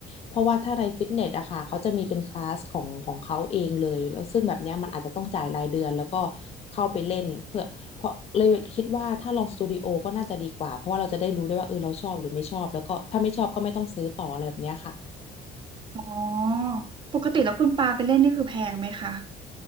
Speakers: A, on the left; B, on the right.
A: เพราะว่าถ้าในฟิตเนสอะค่ะเขาจะมีเป็นคลาสของของเขาเองเลยแล้วซึ่งแบบเนี้ยมันอาจจะต้องจ่ายรายเดือนแล้วก็เข้าไปเล่นเพื่อ เพราะเลยคิดว่าถ้าลองสตูดิโอก็น่าจะดีกว่าเพราะว่าเราจะได้รู้ด้วยว่าเออเราชอบหรือไม่ชอบแล้วก็ถ้าไม่ชอบก็ไม่ต้องซื้อต่ออะไรแบบเนี้ยค่ะ
B: อ๋อปกติแล้วคุณปาไปเล่นนี่คือแพงไหมคะ